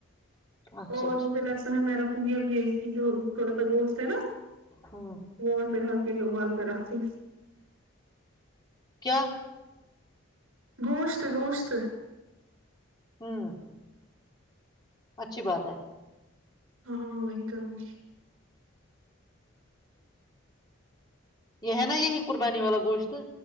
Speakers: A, on the left; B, on the right.
A: اچھا
B: اور
A: ٹھیک
B: مجھے لگتا ہے میر یہب یہ کی جو تھوڑا سا گوشت ہے نا
A: ہوں
B: وہ میں فی الحال کے ابال پ رکھتی
A: کیا
B: گوشت گوشت
A: ہاں اچھی بات ہے
B: ہاں وہی کروں گی
A: یہ ہے نا یہی قربانی والا گوشت